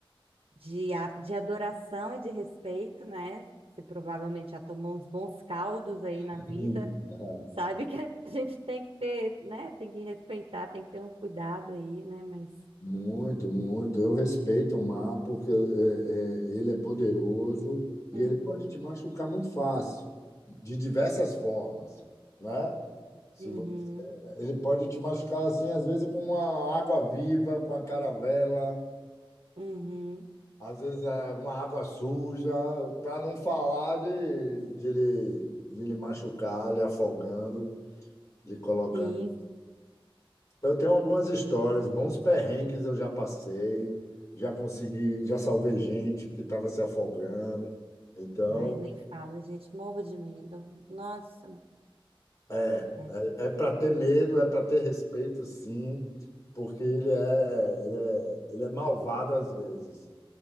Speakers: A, on the right (about 80°); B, on the left (about 35°).
A: de, a- de adoração e de respeito, né? Você provavelmente já tomou uns bons caldos aí
B: <laughs>
A: na vida, sabe que a <laughs> gente tem que ter, né? Tem que respeitar, tem que ter um cuidado aí, né? Mas.
B: Muito, muito. Eu respeito o mar porque é, é, ele é poderoso e
A: Uhum,
B: ele pode te machucar muito fácil, de diversas formas, né? Se,
A: uhum,
B: vo- ele pode te machucar assim, às vezes com uma água viva, com a caravela,
A: uhum,
B: às vezes é, uma água suja, para não falar de, de, lhe, de lhe machucar, lhe afogando, lhe colocando
A: sim.
B: Eu tenho algumas histórias, bons perrengues eu já passei, já consegui, já salvei gente que estava se afogando. Então,
A: Ai, nem fala, gente, morro de medo. Nossa,
B: é,
A: é,
B: é, para ter medo, é para ter respeito, sim, porque ele é, ele é, ele é malvado às vezes.